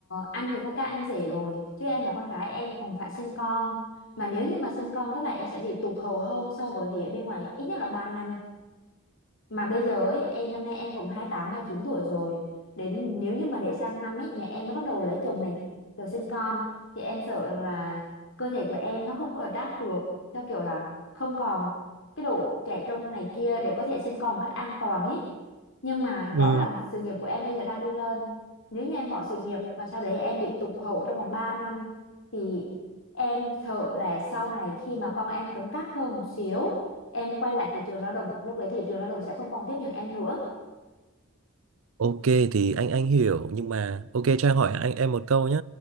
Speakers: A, on the left; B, on the right.
A: anh thì con trai anh rể rồi chứ em là con gái em còn phải sinh con mà nếu như mà sinh con tức là em sẽ bị tụt hậu hơn so với thì ở bên ngoài ít nhất là ba năm mà bây giờ ấy, em năm nay em cũng hai tám hai chín tuổi rồi đến nếu như mà để sang năm ấy mẹ em mới bắt đầu lấy chồng này rồi sinh con thì em sợ rằng là cơ thể của em nó không có adapt được theo kiểu là không còn cái độ trẻ trung này kia để có thể sinh con một cách an toàn ấy nhưng mà
B: Ừ.
A: rõ ràng sự nghiệp của em bây giờ đang đi lên nếu như em bỏ sự nghiệp và sau đấy em bị tụt hậu trong vòng 3 năm thì em sợ là sau này khi mà con em cứng cáp hơn một xíu em quay lại thị trường lao động lúc đấy thị trường lao động sẽ không còn tiếp nhận em nữa
B: ok thì anh anh hiểu nhưng mà ok cho anh hỏi anh em một câu nhé